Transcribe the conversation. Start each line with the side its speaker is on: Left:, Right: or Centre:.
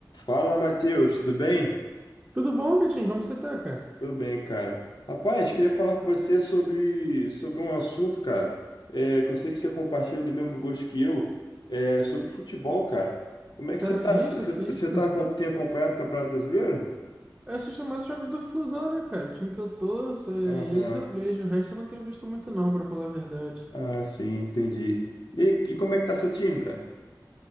Left: Fala, Matheus, tudo bem?
Right: Tudo bom, Vitinho? Como você tá, cara?
Left: Tudo bem, cara. Rapaz, queria falar com você sobre, sobre um assunto, cara, é, que eu sei que você compartilha do mesmo gosto que eu, é, sobre futebol, cara. Como é
Right: Tá,
Left: que você
Right: Assisto,
Left: tá? Você você
Right: assisto.
Left: tá, você tá acom- tem acompanhado o Campeonato Brasileiro?
Right: Eu assisto mais os jogos do Flusão, né, cara? O time que eu torço, é,
Left: Aham.
Right: eles eu vejo. O resto eu não tenho visto muito, não, pra falar a verdade.
Left: Ah, sim, entendi. E, e como é que tá seu time, cara?